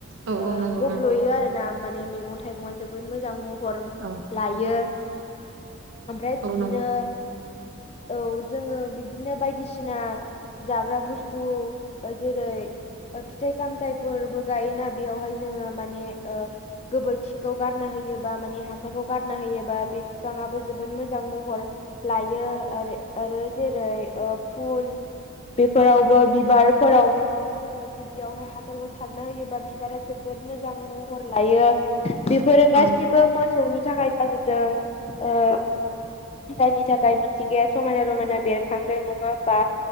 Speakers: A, on the right; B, on the left.
A: औ
B: ओ
A: औ नंगौ
B: गब्ल'यो आरो ना माने मैगं थाइगङा जोबोद मोजां म हर
A: औ
B: लायो ओमफ्राय बिदिनो
A: औ नंगौ
B: औ जोङो बिब्दिनो बायदिसिना जाग्रा बुस्थु जेरै फिथाइ सामथाइफोरबो गायोना बेयावहाय जोङो माने ओ गोबोरखिखौ गारना होयोबा माने हासारखौ गारना होयोबा बे बिफाङाबो जोबोद मो मोजां महर लायो आरो आरो जेरै फुल बेफोरावबो बिबारफोरावबो माने जों जोङो गुदियावहाय हासारखौ सारना होयोबा बिबारा जोबोद मोजां महर लायो बेफोरो गासिबो
A: औ
B: मोसौनि थाखाय जाजोबदों ओ जायनि थाखाय मिथिंगाया समायना रमायना बेरखांदों नङा होमबा